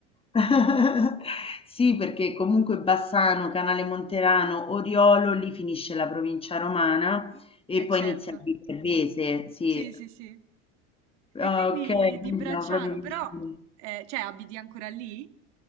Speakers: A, on the left; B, on the right.
A: <laughs> Sì, perché comunque Bassano, Canale Monterano, Oriolo, lì finisce la provincia romana e
B: Eh
A: poi
B: certo,
A: inizia il Viterbese, sì.
B: sì, sì, sì. E
A: Ah,
B: quindi
A: Ok,
B: di
A: quindi
B: Bracciano,
A: siamo proprio vicini.
B: però, eh, cioè, abiti ancora lì?